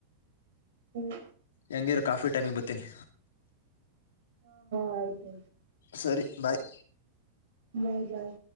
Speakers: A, on the right (about 80°); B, on the left (about 80°).
A: ಹ್ಮ್
B: ಹೆಂಗಿದ ಕಾಫಿ ಟೈಮಿಗೆ ಬರ್ತೀನಿ
A: ಆಯ್ತು
B: ಸರಿ ಬಾಯ್
A: ಬಾಯ್ ಬಾಯ್